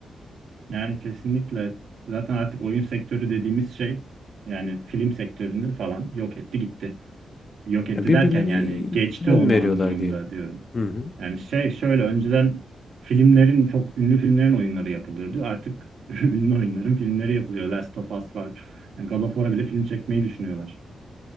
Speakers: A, on the right (about 80°); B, on the left (about 35°).
A: Yani kesinlikle zaten artık oyun sektörü dediğimiz şey yani film sektörünü falan yok etti gitti. Yok etti
B: Ya birbirlerine
A: derken yani geçti
B: yön
A: onu
B: veriyorlar
A: anlamında
B: diyelim.
A: diyorum.
B: Hı hı.
A: Yani şey şöyle önceden filmlerin çok ünlü filmlerin oyunları yapılırdı. Artık <laughs> ünlü oyunların filmleri yapılıyor. Last of Us var. Yani God of War'a bile film çekmeyi düşünüyorlar.